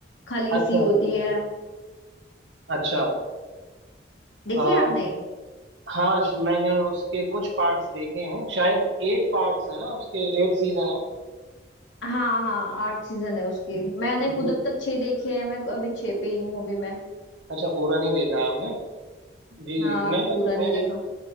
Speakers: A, on the left; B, on the right.
A: खलीसी
B: अच्छा
A: होती
B: अच्छा
A: है
B: अच्छा
A: देखिए
B: अम,
A: आपने
B: हाँ श- मैंने उसके कुछ पार्ट्स देखे हैं शायद एट पार्ट्स है ना उसके एट सीजन
A: हाँ हाँ आठ सीजन है उसकी मैंने
B: है
A: खुद अब तक छह देखे हैं मैं अभी छह पे ही हूँ अभी मैं
B: अच्छा पूरा नहीं देखा आपने जी
A: हाँ
B: मैंने
A: अभी पूरा नहीं
B: मैंने
A: देखा